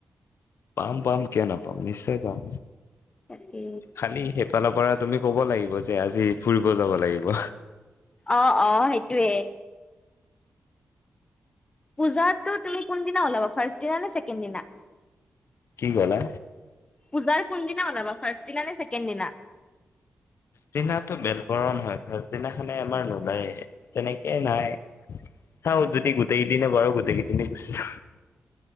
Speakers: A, on the left; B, on the left.
A: পাম, পাম কিয় নাপাম? নিশ্চয় পাম।
B: তাকে
A: খালী সেফালৰ পৰাত তুমি ক'ব লাগিব যে, আজি ফুৰিব যাব লাগিব।
B: অ', অ', সেইটোৱে। পূজাতো তুমি কোনদিনা ওলাবা? ফাৰ্চ দিনানে ছেকেণ্ড দিনা?
A: কি ক'লা?
B: পূজাৰ কোনদিনা ওলাবা? ফাৰ্ষ্ট দিনানে ছেকেণ্ড দিনা?
A: দিনাটো বেলবৰণ হয়। দিনাখনে আমাৰ নোলায়ে, তেনেকে নাই। চাওঁ যদি গোটেই দিনে পাৰোঁ গোটেইকেই দিনে গুচি <unintelligible>